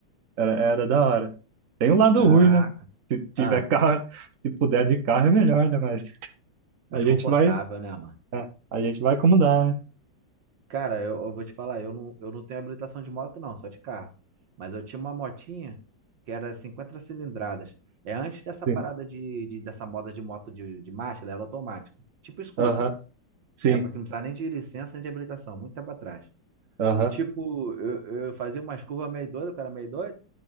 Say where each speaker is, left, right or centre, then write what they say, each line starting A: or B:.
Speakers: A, on the right (about 45°); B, on the right (about 70°).
A: era, era da hora. Tem um lado
B: Caraca.
A: ruim, né? Se tiver
B: Ah,
A: carro, <laughs> se puder de carro é melhor, né, mas
B: mais
A: a gente
B: confortável,
A: vai,
B: né, mano?
A: é, a gente vai como dá, né?
B: Cara, eu, eu vou te falar, eu não, eu não tenho habilitação de moto, não, só de carro. Mas eu tinha uma motinha que era 50 cilindradas. É antes dessa
A: Sim,
B: parada de, de- dessa moda de moto de, de marcha, ela era automática. Tipo scooter,
A: aham, sim,
B: né? Porque não precisava nem de licença nem de habilitação, muito tempo atrás.
A: aham.
B: E tipo, eu, eu fazia umas curvas meio doido, o cara meio doido,